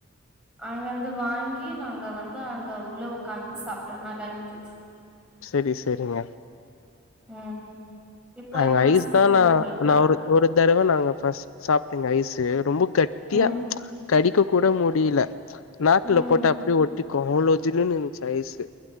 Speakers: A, in the centre; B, on the left.
A: அங்க வந்து வாங்கி நாங்க வந்து அங்க உள்ள ஓக்காந்து சாப்ட்டோ நல்லா இருந்துச்சு
B: சேரி சேரிங்க
A: ம் இப்போ
B: அங்க
A: என்ன
B: ஐஸ்
A: ஸ்பெஷல்
B: தா
A: உங்களுக்கு
B: நா ஒரு ஒரு தடவ நாங்க ஃபர்ஸ்ட் சாப்பட்டேங்க ஐஸ் அது ரொம்ப கட்டியா
A: ம்
B: கடிக்க கூட மு முடியல நாக்குல
A: ம்
B: போட்ட அப்டிய ஒட் டி கொனோலோஜில இருந்துசு ஐஸ்சு